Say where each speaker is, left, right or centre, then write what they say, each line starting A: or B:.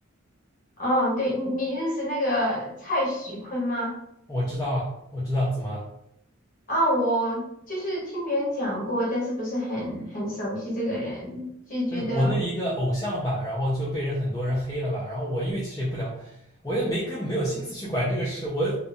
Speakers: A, on the left; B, on the left.
A: 哦，对，你你认识那个蔡徐坤吗？
B: 我知道啊，我知道怎么了，
A: 啊、我就是听别人讲过，但是不是很很熟悉这个人，就觉得
B: 就是国内的一个偶像吧，然后就被人很多人黑了吧。然后我因为其实也不聊，我也没根本没有心思去管这个事，我